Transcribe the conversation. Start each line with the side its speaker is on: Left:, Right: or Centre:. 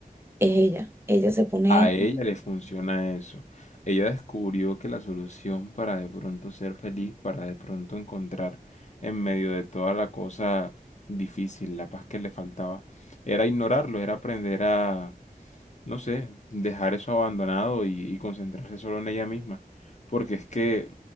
Right: es ella, ella se pone...
Left: A ella le funciona eso. Ella descubrió que la solución para de pronto ser feliz, para de pronto encontrar en medio de toda la cosa difícil, la paz que le faltaba, era ignorarlo, era aprender a, no sé, dejar eso abandonado y, y concentrarse solo en ella misma. Porque es que